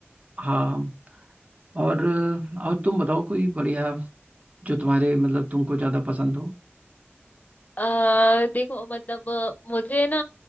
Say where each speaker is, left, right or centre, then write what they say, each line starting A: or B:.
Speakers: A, on the right (about 35°); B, on the left (about 40°).
A: हाँ और अ, और तुम बताओ कोई बढ़िया जो तुम्हारे मतलब तुमको ज्यादा पसंद हो
B: अ देखो मतलब अ, मुझे ना